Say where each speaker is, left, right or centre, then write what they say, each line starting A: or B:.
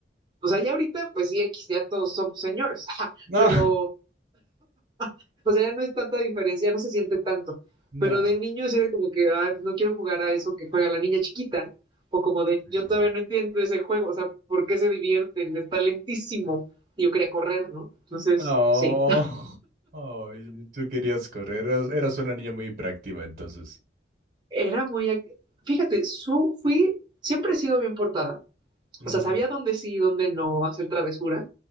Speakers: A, on the right; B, on the right.
A: O sea, ya ahorita, pues sí, X, ya todos somos señores, <laughs>
B: No,
A: pero <laughs> O sea, ya no es tanta diferencia, ya no se siente tanto.
B: no,
A: Pero de niños era como que, ay, pues no quiero jugar a eso que juega la niña chiquita. O como de,
B: Sí.
A: yo todavía no entiendo ese juego, o sea, ¿por qué se divierten? Está lentísimo. Y yo quería correr, ¿no? Entonces,
B: no.
A: sí.
B: <laughs> Ay, tú querías correr. Eras, eras una niña muy práctica entonces.
A: Era muy. act- Fíjate, su, fui. Siempre he sido bien portada.
B: Ujú.
A: O sea, sabía dónde sí y dónde no hacer travesuras